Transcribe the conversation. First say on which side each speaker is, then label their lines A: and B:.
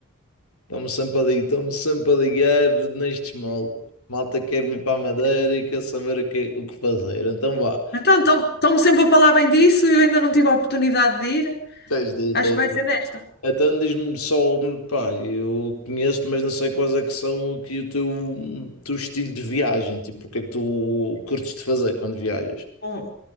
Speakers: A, on the left; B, on the left.
A: estamos sempre a ligar, estamos sempre a ligar nestes moldes. Malta quer vir para a Madeira e quer saber o que, o que fazer. Então vá,
B: Então, estão- estão-me sempre a falar bem disso, eu ainda não tive a oportunidade de ir.
A: tens de ir,
B: Acho
A: tens
B: que vai ser
A: de ir.
B: desta.
A: Então diz-me só, pá, eu conheço-te, mas não sei quais é que são aqui o teu, o teu estilo de viagem. Tipo, o que é que tu curtes de fazer quando viajas?
B: Bom,